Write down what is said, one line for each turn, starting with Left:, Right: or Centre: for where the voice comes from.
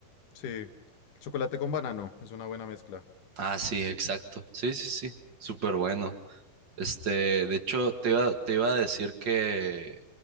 Left: sí. chocolate con banano es una buena mezcla.
Right: Ah, sí, exacto. Sí, sí, sí. Súper bueno. Este, de hecho, te iba, te iba a decir que,